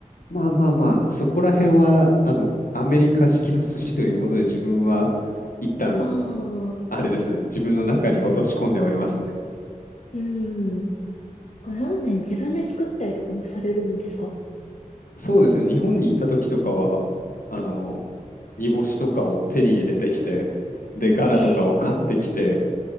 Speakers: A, on the left; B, on the left.
A: まあまあまあ、そこら辺はあのアメリカ式の寿司ということで自分は一旦
B: ああ、
A: あれですね、自分の中に落とし込んではいますね。
B: うん。あ、ラーメン自分で作ったりとかもされるんですか
A: そうですね、日本に行った時とかは、あの、煮干しとかを手に入れてきて、で、ガラとかを買ってきて、
B: ええ。